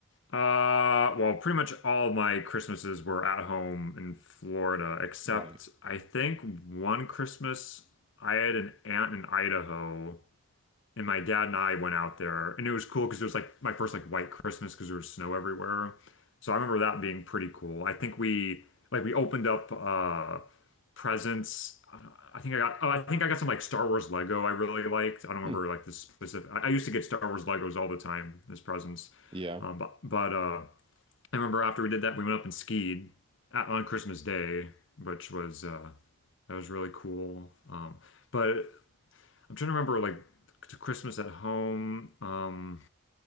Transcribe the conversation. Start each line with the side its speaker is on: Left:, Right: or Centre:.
Left: Uh, well, pretty much all my Christmases were at home in Florida, except
Right: Right.
Left: I think one Christmas I had an aunt in Idaho And my dad and I went out there, and it was cool because it was like my first like white Christmas because there was snow everywhere. So I remember that being pretty cool. I think we like we opened up uh presents. I think I got oh, I think I got some like Star Wars Lego I really liked. I don't remember
Right: Hmm.
Left: like the specific. I, I used to get Star Wars Legos all the time as presents.
Right: Yeah,
Left: Um, but but uh, I remember after we did that, we went up and skied at, on Christmas Day, which was uh, that was really cool. Um, but I'm trying to remember like to Christmas at home. Um,